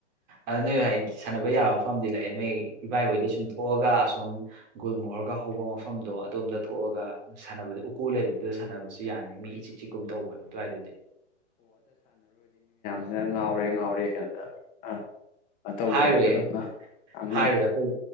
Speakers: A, on the right (about 35°); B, on the left (about 25°).
A: ꯑ ꯅꯣꯏ ꯁꯥꯟꯅꯕ ꯌꯥꯕ ꯃꯐꯝꯗꯤ ꯂꯩꯔꯦ ꯅꯣꯏ ꯏꯕꯥꯏꯍꯣꯏꯗ ꯁꯨꯝ ꯊꯣꯛꯑꯒ ꯁꯨꯝ ꯒꯨꯜ ꯃꯣꯔꯒ ꯍꯧꯕ ꯃꯐꯝꯗꯣ ꯑꯗꯣꯝꯗ ꯊꯣꯛꯑꯒ ꯁꯥꯟꯅꯕꯗꯤ ꯎꯀꯨ ꯂꯩꯕꯗꯨꯗ ꯁꯥꯟꯅꯕꯁꯨ ꯌꯥꯅꯤ ꯃꯤ ꯏꯆꯤꯛ ꯆꯤꯛꯀꯨꯝ ꯇꯧꯕꯅꯤ ꯑꯗꯨꯋꯥꯏꯗꯗꯤ
B: ꯁꯤꯅ ꯉꯥꯎꯔꯦ ꯉꯥꯎꯔꯦ ꯀꯩꯅꯣꯗ ꯑꯥ ꯇꯧꯗ꯭ꯔꯣꯕ
A: ꯍꯥꯏꯔꯨꯌꯦ
B: ꯀꯩꯅꯣꯗ ꯉꯥꯡꯅꯔꯅꯤ
A: ꯍꯥꯏꯔꯨꯏ ꯑꯩꯈꯣꯏ